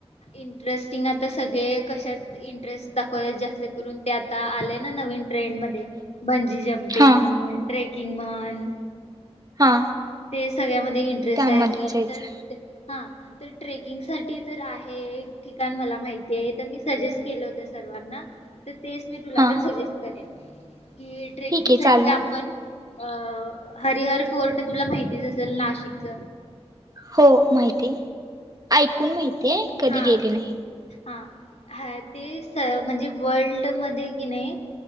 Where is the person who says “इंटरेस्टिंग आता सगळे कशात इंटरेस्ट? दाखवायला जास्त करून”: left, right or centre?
Left